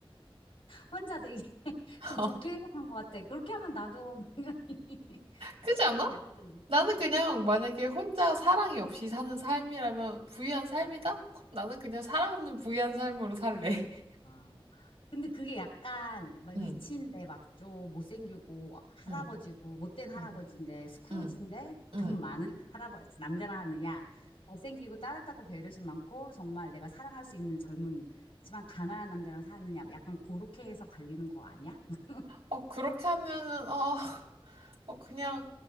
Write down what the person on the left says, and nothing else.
혼자 되게 <laughs>
좀 좋게 생각한 것 같아. 그렇게 하면 나도 당연히 <laughs> 그렇게
갈 수도 있
아, 근데 그게 약간 막
리치인데 막 좀 못생기고 할아버지고
못된 할아버지인데
스크루지인데
돈 많은 <laughs> 할아버지 남자라 하느냐 잘생기고 따뜻하고 배려심 많고 정말 내가 사랑할 수 있는 젊은지만 가난한 남자랑 사느냐 뭐 약간 그렇게 해서 갈리는 거 아니야? <laughs>